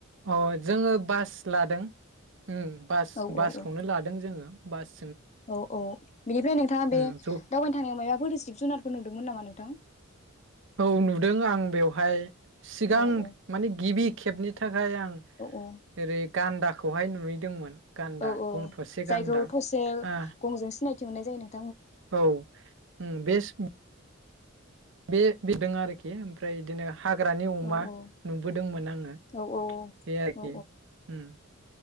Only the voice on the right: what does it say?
अ जोङो बास लादों ओम बास
बासखौनो
लादों जोङो। बास
उम
ज
औ नुदों आं बेवहाय सिगां
माने गिबि खेबनि थाख ओमफ्राय आं
ओरै गान्दा खौहाय नुहैदोंमोन। गान्दा
गं थसे
गान्दा
आ
औ उम बे स' बे बिदों आरोखि ओमफ्राय इदिनो हाग्रानि अमा
नुबोदोंमोन आङो
बे आरोखि
ओम।